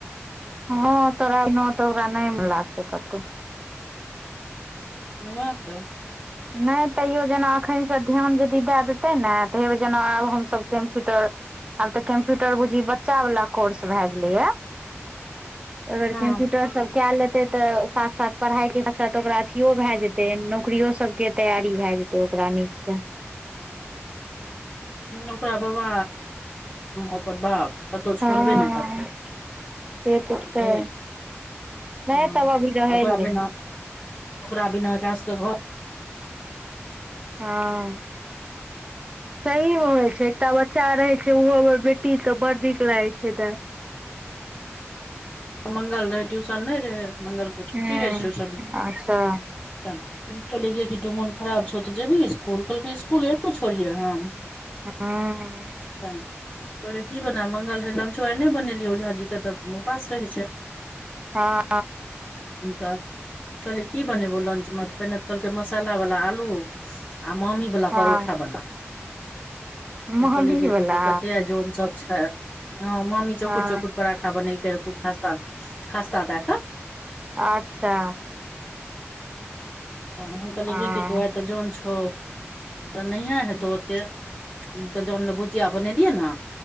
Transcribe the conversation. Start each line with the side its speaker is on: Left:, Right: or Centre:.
Right: हँ तोरा तऽ ओकरा नय लागतौ कतहु
Left: वैह तऽ
Right: नय तैयो जेना एखनसँ ध्यान यदि दए देतै ने <unintelligible> हमसभ कम्प्यूटर आब तऽ कम्प्यूटर बूझी बच्चा वाला कोर्स भय गेले या
Left: <inaudible>
Right: अगर
Left: हँ
Right: कम्प्यूटर सब क लेते तऽ साथ साथ पढ़ाई के साथ साथ ओकरा अथियो भय जेते ते नौकियो सब के तैयारी भए जेते ओकरा नीक से
Left: ओकरा बाबा ओकर बाप कतहु छोड़बे
Right: हँ
Left: ने करते
Right: से तऽ
Left: बुझली
Right: छै नहि
Left: ह
Right: तब अभी रहै
Left: ओकरा
Right: लए दही
Left: बिना ओकरा बिना एकरा सब क घर
Right: हँ सहीमे होइ छै एकटा बच्चा रहै छै ओहो बेटीक तऽ बड़ नीक लागै छै द
Left: ओ मंगल रहे ट्यूशन नय रहे मंगल छुटी
Right: हूँ
Left: रहै छै ट्यूशन
Right: अच्छा
Left: त कहले कि तू मोन खराब छौ तऽ जेबही इसकुल कहलकै इसकुल एहनो छोड़ियह हम
Right: हूँ
Left: <inaudible> कहलिए की बना मंगाल से चाय नय बनेलिय ओ झा जी के तऽ उपास रहै छै
Right: हँ
Left: ह तऽ कहले की बनेबो लंच में त पहिने तऽ कहलकै मसाला वाला आलू आ मम्मी आलू बला
Right: हँ
Left: परोटा बना
Right: मम्मी
Left: एत देखियो
Right: वला
Left: कतई जोन सब छय मामी चोकुर
Right: हँ
Left: चोखुर पराठा बनेलकै खूब खास्ता खास्ता द कऽ
Right: अच्छा
Left: तऽ हम कहलियै
Right: हँ
Left: गे कि तोरा आइ तऽ जोन छौ तऽ नहिए हेतौ ओतेक तऽ जनल भुजिया बने एलियै न